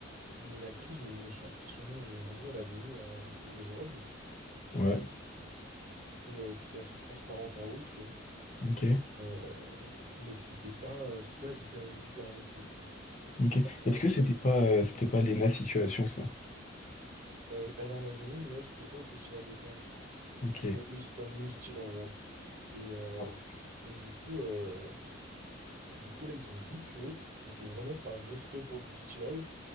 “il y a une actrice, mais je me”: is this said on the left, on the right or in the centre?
Right